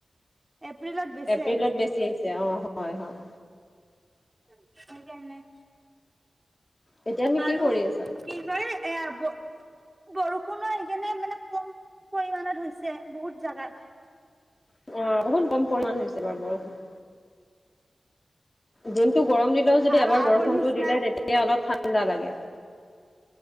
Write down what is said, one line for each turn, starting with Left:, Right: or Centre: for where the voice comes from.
Right: এপ্ৰিলত বেছি
Left: এপ্ৰিলত
Right: আহিছে।
Left: বেছি আহিছে অ' হয় হয়।
Right: <unintelligible>
Left: তেতিয়া তুমি
Right: আৰু
Left: কি কৰি আছা?
Right: <unintelligible> বৰষুণৰ সেইকাৰণনে মানে কম পৰিমমানত হৈছে বহুত জাগাত।
Left: অ, বহুত কম পৰিমাণ হৈছে বাৰু বৰষুণ। দিনটো গৰম দিলেও যদি
Right: আৰু
Left: এবাৰ বৰষুণতো
Right: আগৰ নিচিনা
Left: দিলে তেতিয়া অলপ ঠাণ্ডা লাগে।